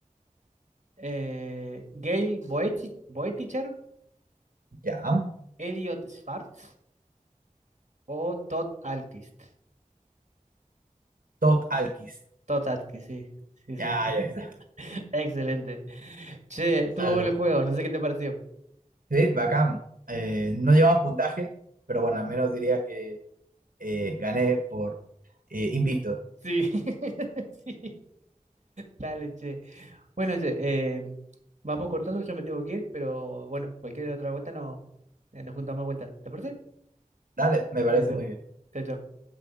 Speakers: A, on the right (about 55°); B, on the right (about 80°).
A: Eh, Gail Boetich- Boeticher,
B: Ya.
A: Elliot Schwartz o Todd Alquist.
B: Todd Alquist.
A: Todd Alquist, sí. Sí, sí.
B: Ya,
A: <laughs>
B: ya está.
A: Excelente. Che, estuvo
B: Dale.
A: bueno el juego, no sé qué te pareció.
B: Sí, bacán. Eh, no llevaba puntaje, pero bueno, al menos diría que eh, gané por eh, invicto.
A: Sí. <laughs> Sí. Dale, che. Bueno, che, eh, vamos cortando, yo me tengo que ir, pero bueno, cualquier otra vuelta no, eh, nos juntamos más vueltas. ¿Te parece?
B: Dale, me parece
A: Listo.
B: muy bien.
A: Chao, chao.